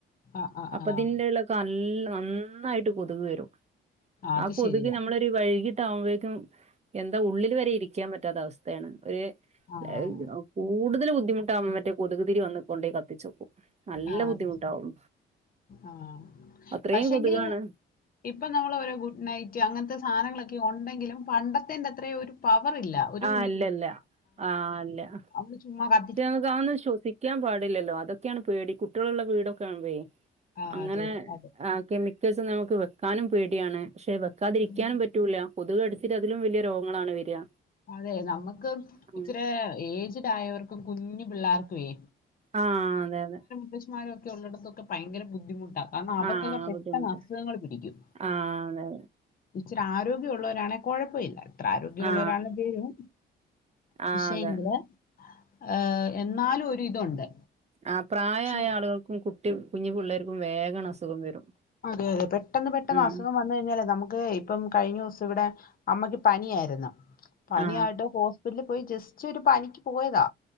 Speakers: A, on the left; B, on the right.
A: ആഹ് ആഹ്
B: അപ്പൊ
A: ആഹ്.
B: തിന്റെള്ള നല്ല ഒന്നായിട്ട് കൊതുക് വരും
A: അത്
B: ആ കൊതുക്
A: ശരിയാ.
B: നമ്മള് വൈകിട്ടാവുമ്പോഴേക്കും എന്താ ഉള്ളില് വരെ ഇരിക്കാൻ പറ്റാത്തവസ്ഥയാണ് ഒരു അത്
A: ആഹ്.
B: കൂടുതൽ ബുദ്ധിമുട്ട് ആമ്പോമറ്റേ കൊതുക് തിരി വന്ന് കൊണ്ടേ കത്തിച്ചെക്കും നല്ല
A: ആഹ്
B: ബുദ്ധിമുട്ടാവും.
A: ആഹ്.
B: അത്രേം
A: പക്ഷേങ്കില്
B: കൊതുകാണ്
A: ഇപ്പം നമ്മളോരോ ഗുഡ് നൈറ്റ് അങ്ങനത്തെ സാനങ്ങളൊക്കെ ഉണ്ടെങ്കിലും പണ്ടത്തിന്റെ അത്രയും ഒരു പവറില്ല ഒരു
B: ആ് ഇല്ലല്ല ആ ഇല്ല
A: അവള് ചുമ്മാ കാ
B: <unintelligible> ക്കാൻ പാടില്ലല്ലോ അതൊക്കെയാണ് പേടി കുട്ടികളുള്ള വീടൊക്കെയാവുമ്പേയ്
A: ആഹ്
B: അങ്ങനെ
A: അത് അതെ.
B: ആ കെമിക്കൽസ് നമുക്ക് വെക്കാനും പേടിയാണ് പക്ഷെ വെക്കാതിരിക്കാനും
A: ഉം.
B: പറ്റൂല്ല കൊതുക് കടിച്ചിട്ടതിലും വല്യ രോഗങ്ങളാണ് വരിക
A: അതെ നമ്മുക്ക്
B: ഉം
A: ഇച്ചിരെ ഏജഡ് ആയവർക്കും കുഞ്ഞു പിള്ളാർക്കുവേ
B: ആഹ് അതെ അതെ
A: പുഷമാരും ഒക്കെ ഉള്ളിടത്തൊക്കെ ഭയങ്കര ബുദ്ധിമുട്ടാ. കാരണം അവർക്കൊക്കെ
B: ആ
A: പെട്ടെന്ന്
B: ബുദ്ധിമുട്ട്
A: അസുഖങ്ങൾ പിടിക്കും
B: ആ അതെ അതെ
A: ഇച്ചിരി ആരോഗ്യമുള്ളവരാണെ കുഴപ്പമില്ല പ്രാരോഗ്യമുള്ളരാണ
B: ആ
A: പേരും
B: ആ
A: പക്ഷേങ്കില്
B: അതെ
A: ഏഹ് എന്നാലു ഒരു ഇതുണ്ട്
B: ആഹ് പ്രായായ
A: പക്ഷെ
B: ആളുകൾക്കും കുട്ടി കുഞ്ഞു പിള്ളേർക്കും വേഗം അസുഖം വരും
A: അതെ അതെ പെട്ടെന്ന് പെട്ടെന്ന്
B: ഉം
A: അസുഖം വന്നു കഴിഞ്ഞാലേ നമുക്ക് ഇപ്പം കഴിഞ്ഞ ദിവസം ഇവിടെ അമ്മയ്ക്ക് പനിയായിരുന്നു പനിയായിട്ട്
B: ആ
A: ഹോസ് - ല് പോയി ജസ്റ്റ് ഒരു പനിക്ക് പോയതാ